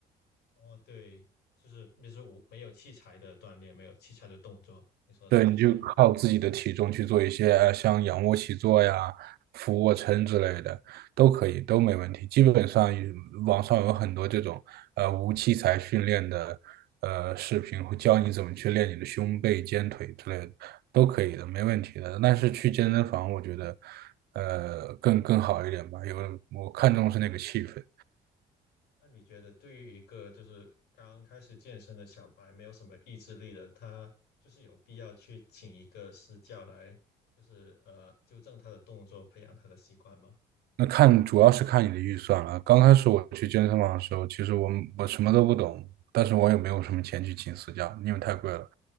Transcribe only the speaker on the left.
哦，对，就是就是无没有器材的锻炼，没有器材的动作，你说的是这些。
那你觉得对于一个就是刚开始健身的小白，没有什么意志力的，他就是有必要去请一个私教来，就是呃纠正他的动作，培养他的习惯吗？